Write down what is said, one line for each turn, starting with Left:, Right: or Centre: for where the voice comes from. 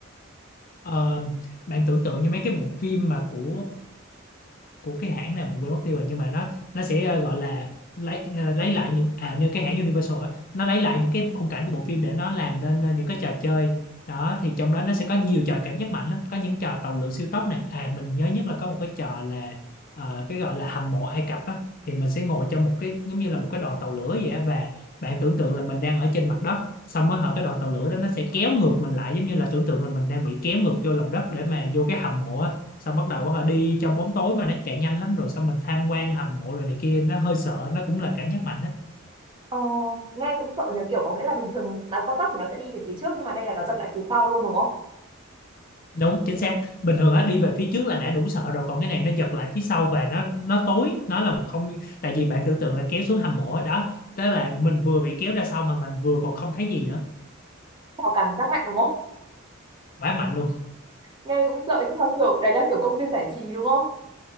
Left: Ờ, bạn tưởng tượng như mấy cái bộ phim mà của của cái hãng này mình quên mất tiêu rồi nhưng mà nó nó sẽ ờ, gọi là lấy ờ, lấy lại những à như cái hãng Universal á nó lấy lại những cái khung cảnh của bộ phim để nó làm nên ờ, những cái trò chơi đó thì trong đó nó sẽ có nhiều trò cảm giác mạnh lắm có những trò tàu lượn siêu tốc này à mình nhớ nhất là có một cái trò là ờ, cái gọi là hầm mộ Ai Cập á thì mình sẽ ngồi trong một cái giống như là một cái đoàn tàu lửa vậy á và bạn tưởng tượng là mình đang ở trên mặt đất xong mới hở cái đoàn tàu lửa đó nó sẽ kéo ngược mình lại giống như là tưởng tượng là mình đang bị kéo ngược vô lòng đất để mà vô cái hầm mộ á xong bắt đầu họ đi trong bóng tối mà nó chạy nhanh lắm rồi xong mình tham quan hầm mộ rồi này kia nó hơi sợ nó cũng là cảm giác mạnh á
Right: ờ nghe cũng sợ nhờ kiểu có nghĩa là bình thường đào con tắc thì nó sẽ đi về phía trước nhưng mà đây là nó giật lại phía sau luôn đúng không
Left: đúng chính xác bình thường á đi về phía trước là đã đủ sợ rồi còn cái này nó giật lại phía sau và nó nó tối nó là một không tại vì bạn tưởng tượng là kéo xuống hầm mộ á, đó tức là mình vừa bị kéo ra sau mà mình vừa còn không thấy gì nữa
Right: có cảm giác mạnh đúng không
Left: quá mạnh luôn
Right: nghe cũng sợ nhưng mà kiểu đấy là kiểu công viên giải trí đúng không